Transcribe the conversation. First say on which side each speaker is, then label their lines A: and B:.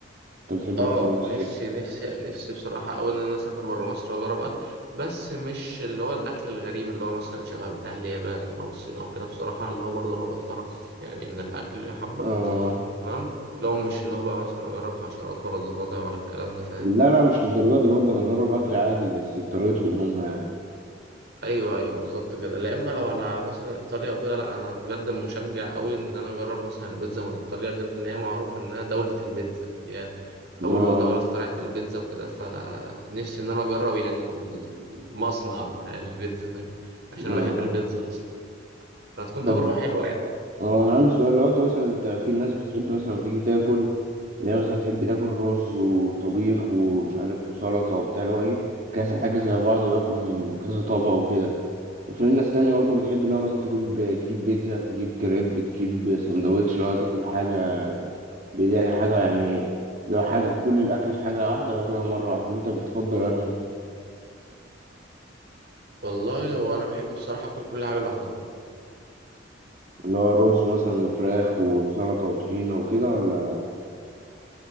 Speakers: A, on the right; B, on the right.
A: انت بتحب
B: اه
A: الاكل المصري
B: نفسي نفسي نفسي بصراحة أوي إن أنا أسافر برا مصر وأجرب أكل بس مش اللي هو الأكل الغريب اللي هو مثلا شبه بتاع اليابان أو الصين أو كده بصراحة اللي هو برضه أنا بتقرف يعني من الأكل اللي حبة
A: اه
B: تمام اللي هو مش اللي هو بقى مثلا أجرب حشرات ولا ضفادع ولا الكلام ده فاهم
A: لا لا مش للدرجه دي برضه انا اجرب اكل عادي بس بطريقتهم هم يعني
B: ايوه ايوه بالظبط كده لا اما لو على مثلا ايطاليا وكده لا انا بجد مشجع قوي ان انا اجرب مثلا البيتزا من ايطاليا غير ان هي معروفه انها دوله البيتزا هي
A: اه
B: اول دوله اخترعت البيتزا وكده فنفسي ان انا اجرب يعني المصنع بتاع البيتزا فاهم عشان
A: اه
B: انا بحب البيتزا اصلا فهتكون تجربه
A: طب
B: حلوه يعني
A: اه انا عندي سؤال لو انت مثلا انت في ناس بتحب مثلا لما تيجي تاكل اللي هي مثلا تحب تاكل رز وطبيخ ومش عارف وسلطه وبتاع اللي هو ايه كذا حاجه زي بعض وياكل من كذا طبق وكده وفي ناس تانية برضه بتحب اللي هو مثلا تجيب تجيب بيتزا تجيب كريب تجيب سندوتش اللي هو تاكل حاجه بداية حاجه يعني لو حاجه كل الاكل في حاجه واحده وياكلها مره واحده انت بتفضل انه
B: والله وانا بحب بصراحه اكل كل حاجه لوحدها
A: اللي هو رز مثلا وفراخ وسلطه وطحينه وكده ولا